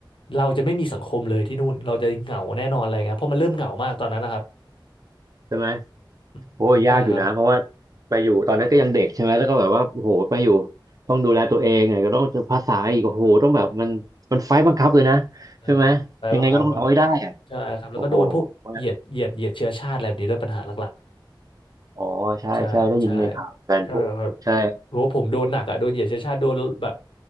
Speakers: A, on the left; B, on the right.
A: เราจะไม่มีสังคมเลยที่นู่นเราจะเหงาแน่นอนอะไรเงี้ยเพราะมันเริ่มเหงามากตอนนั้นนะครับ
B: ใช่ไหม
A: อืมใช่ครับ
B: โอ้ยยากอยู่นะเพราะว่าไปอยู่ตอนนั้นก็ยังเด็กใช่ไหมแล้วก็แบบว่าโอ้โหไปอยู่ต้องดูแลตัวเองไงก็ต้องเจอภาษาอีกโอ้โหต้องแบบมันมันไฟต์บังคับเลยนะใช่ไหมยังไงก็ต้องเอาให้ได้อะ
A: ใช่ครับไฟบังคับครับใช่ครับแล้วก็โดนพวกเหยียดเหยียดเหยียดเชื้อชาติอะไรแบบนี้ด้วยปัญหาหลัก
B: โอ้โหว่าอ๋อใช่ใช่ได้ยินในข่าวกันพวกใช่
A: ใช่ใช่ใช่ <laughs> ครับโหผมโดนหนักอ่ะโดนเหยียดเชื้อชาติโดนแบบ